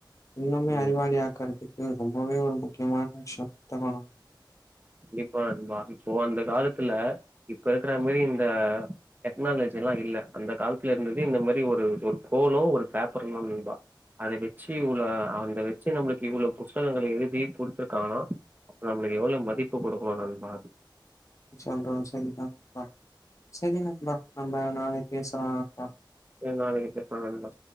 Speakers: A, on the left; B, on the right.
A: இன்னுமே
B: ம்.
A: அறிவாளி ஆக்கற்து இது ரொம்பவே ஒரு முக்யமான விஷ்யோ தமா
B: கண்டிப்பா நண்பா இப்போ அந்த காலத்துல இப்ப இருக்குற மரி இந்த டெக்னாலஜ் ஜி இல்ல அந்த காலத்துல இருந்தது இந்த மாரி ஒரு ஒரு கோலோ ஒரு பேப்பருதா நண்ப அத வெச்சு உள்ள அதுல வெச்சு நம்மளுக்கு இவ்ளவு புஸ்தகங்கள் எழுதி குடுத்துருக்காங்கனா அப் நம்ப்ளுக்கு எவ்ளோ மதிப் பு குடுக்குணு நண்பா
A: நீ சொல்றது சரிதா நண்பா சரி நன்பா நம்ம நாளக்கி பேசலா நண்பா
B: சேர் நாளக்கி பேஸ்லா நண்பா